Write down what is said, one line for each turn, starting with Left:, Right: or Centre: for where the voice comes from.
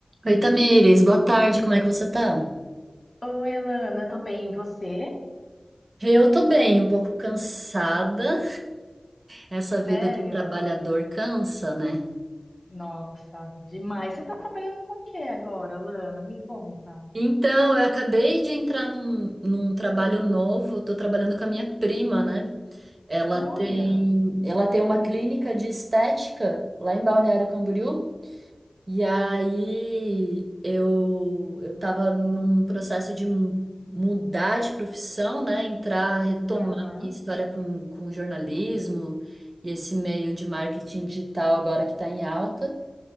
Right: Oi, Tamires, boa tarde, como é que você tá?
Left: Oi, Alana, tô bem, e você?
Right: Eu tô bem, um pouco cansada. Essa vida
Left: Sério?
Right: de trabalhador cansa, né?
Left: Nossa, demais. Você tá trabalhando com o que agora, Alana? Me conta.
Right: Então, eu acabei de entrar num, num trabalho novo, tô trabalhando com a minha prima, né? Ela
Left: Olha.
Right: tem, ela tem uma clínica de estética lá em Balneário Camboriú. E aí eu eu estava num processo de mu- mudar de profissão, né? Entrar, retomar
Left: Aham.
Right: minha história com, com jornalismo e esse meio de marketing digital agora que está em alta.